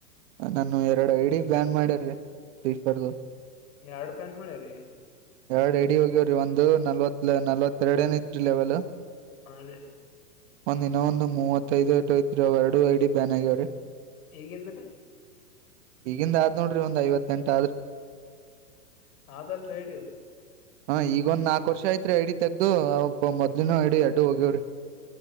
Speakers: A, on the right (about 40°); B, on the left (about 60°).
A: ನನ್ನು ಎರಡು ಐಡಿ ಬ್ಯಾನ್ ಮಾಡ್ಯಿ ಸೀಫರ್ದು
B: ಯಾರ್ಡ್ ಪೆನ್ ಮಾಡೆ ರೀ
A: ಎರಡ್ ಐಡಿ ಹೋಗ್ಯವ್ರಿ ಒಂದು ನಲ್ವತ್ ನಲ್ವತ್ತ ಎರಡ ಏನ್ ಐತ್ರಿ ಲೆವೆಲ್
B: ಹಾ ರೀ
A: ಒಂದ್ ಇನ್ನೊಂದು ಮೂವತ್ತೈದು ಏಟೋಯ್ತ್ರಿ ಎರಡು ಐ ಡಿ ಬ್ಯಾನ್ ಆಗ್ಯವ್ರೀ
B: ಹೇಗೆಂದ್ರೆ
A: ಈಗಿಂದ ಆದ್ ನೋಡ್ರಿ ಒಂದ್ ಐವತ್ತೆಂಟ ಆದ್ರಿ
B: ಅದಲ್ ರೇಡಿಯೋ
A: ಹ ಈಗ ಒಂದ್ ನಾಲ್ಕು ವರ್ಷ ಆಯ್ತ್ರೀ ಐಡಿ ತೆಗ್ದು ಅ ಮೊದ್ಲಿನ ಐಡಿ ಅಡ್ಡು ಹೋಗ್ಯವ್ರಿ